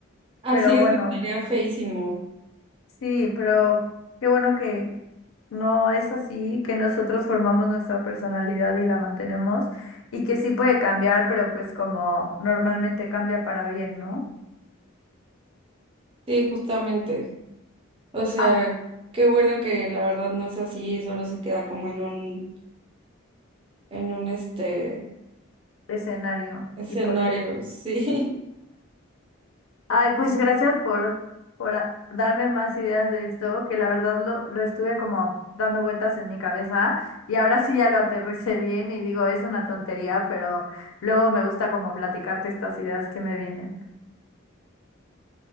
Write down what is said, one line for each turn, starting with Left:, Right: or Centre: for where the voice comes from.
Right: Así
Left: Pero bueno.
Right: es, estaría feísimo.
Left: Sí, pero qué bueno que no es así, que nosotros formamos nuestra personalidad y la mantenemos y que sí puede cambiar, pero pues como normalmente cambia para bien, ¿no?
Right: Sí, justamente. O sea,
Left: Ah,
Right: qué bueno que la verdad no es así, solo se queda como en un, en un este
Left: escenario
Right: Escenarios,
Left: hipotético.
Right: sí. <laughs>
Left: Ay, pues gracias por, por a- darme más ideas de esto, que la verdad lo, lo estuve como dando vueltas en mi cabeza y ahora sí ya lo aterricé bien y digo, es una tontería, pero luego me gusta como platicarte estas ideas que me vienen.